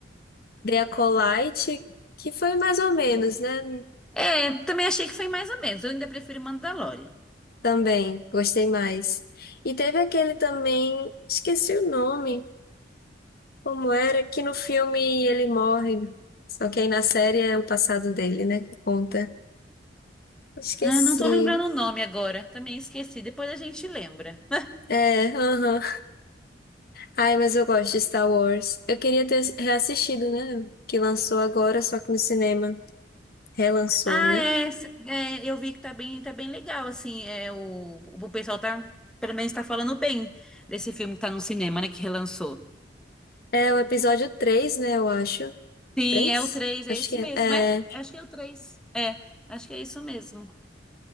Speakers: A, on the left; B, in the centre.
A: The Acolyte, que foi mais ou menos, né?
B: É, também achei que foi mais ou menos. Eu ainda prefiro Mandalorian.
A: Também, gostei mais. E teve aquele também, esqueci o nome, como era, que no filme ele morre. Só que aí na série é o passado dele, né, que conta. Esqueci.
B: Ah, não tô lembrando o nome agora. Também esqueci. Depois a gente lembra. <laughs>
A: É, aham. Ai, mas eu gosto de Star Wars. Eu queria ter reassistido, né? Que lançou agora, só que no cinema. Relançou,
B: Ah,
A: né?
B: é, s- é, eu vi que tá bem, tá bem legal, assim, é, o, o pessoal tá, pelo menos tá falando bem desse filme que tá no cinema, né, que relançou.
A: É o episódio 3 né, eu acho.
B: Sim,
A: três
B: é o três é
A: Acho
B: esse
A: que é.
B: mesmo, é?
A: É.
B: Acho que é o três é, acho que é isso mesmo.